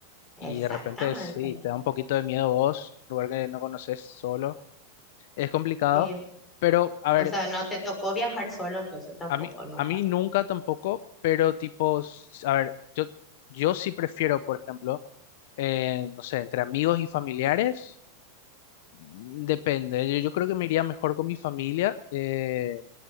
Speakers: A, on the left; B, on the left.
A: exactamente.
B: Y de repente sí, te da un poquito de miedo vos, lugar que no conoces solo, es complicado.
A: Sí,
B: Pero, a
A: O
B: ver.
A: sea, no te tocó viajar solo, entonces tampoco,
B: A mí,
A: nunca.
B: a mí nunca tampoco, pero tipo, s- a ver, yo, yo sí prefiero, por ejemplo, eh, no sé, entre amigos y familiares, mm, depende. Yo, yo creo que me iría mejor con mi familia. eh,